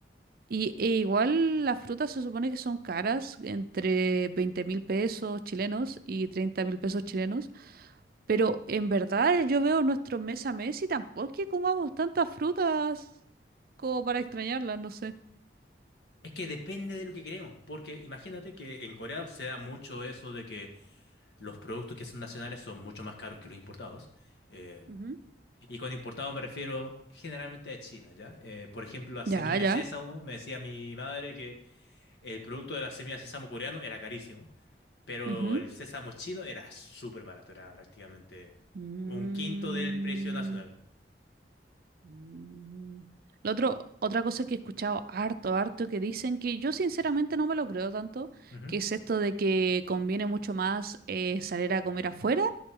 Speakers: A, on the right (about 55°); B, on the left (about 75°).
A: Y e igual las frutas se supone que son caras, entre veinte mil pesos chilenos y treinta mil pesos chilenos, pero en verdad yo veo nuestro mes a mes y tampoco es que comamos tantas frutas como para extrañarlas, no sé.
B: Es que depende de lo que queremos, porque imagínate que en Corea se da mucho eso de que los productos que son nacionales son mucho más caros que los importados. Eh,
A: Ujú.
B: Y con importado me refiero generalmente a China, ¿ya? Eh, por ejemplo, la semilla
A: Ya, ya.
B: de sésamo, me decía mi madre que el producto de las semillas de sésamo coreano era carísimo, pero
A: Ujú.
B: el sésamo chino era súper barato, era prácticamente
A: Mm,
B: un quinto del precio nacional.
A: mm. Lo otro, otra cosa que he escuchado harto, harto, que dicen que yo sinceramente no me lo creo tanto,
B: Ujú.
A: que es esto de que conviene mucho más eh, salir a comer afuera